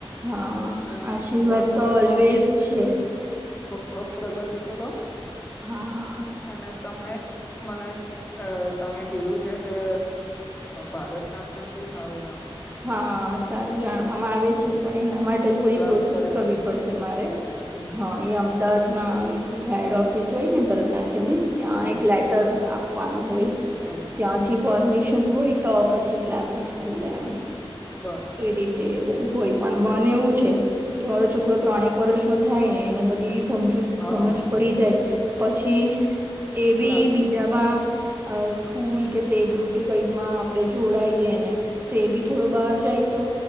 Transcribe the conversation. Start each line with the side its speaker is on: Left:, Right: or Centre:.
Right: હા
Left: અને
Right: આશીર્વાદ
Left: આગળ ખૂબ
Right: તો ઓલ્વેજ
Left: ખૂબ
Right: છે.
Left: ખૂબ ખૂબ પ્રગતિ કરો.
Right: હા હા.
Left: અને તમને મને અ તમે કીધું છે કે. ભારત નાટ્યમ બી સારું જાણો છો
Right: હા સારું જાણવામાં આવે છે
Left: હમ
Right: પણ એના માટે થોડી
Left: ક્લાસ
Right: પ્રોસેસ
Left: કર્યા
Right: કરવી
Left: છે
Right: પડશે મારે.
Left: હમ
Right: હા એ અમદાવાદમાં એક હેડ ઓફિસ હોય ને ભરતનાટ્યમ ની ત્યાં
Left: હમ
Right: એક લેટર આપવાનો હોય
Left: એમ
Right: ત્યાંથી પરમિશન હોય તો પછી ક્લાસીસ ખુલે એમ
Left: બરાબર
Right: એ રી તે બધું હોય પણ મને એવું છે કે મારો છોકરો ત્રણેક વર્ષ નો થાય ને એને બધી. સમજુ સમજ
Left: હા
Right: પડી જાય પછી એ બી
Left: ક્લાસ
Right: બીજામાં
Left: કરવા
Right: અ સ્કૂલ કે પ્લે ગ્રુપ કે કઈમાં આપણે જોડાઈએ ને તો એ બી. થોડો બહાર જાય તો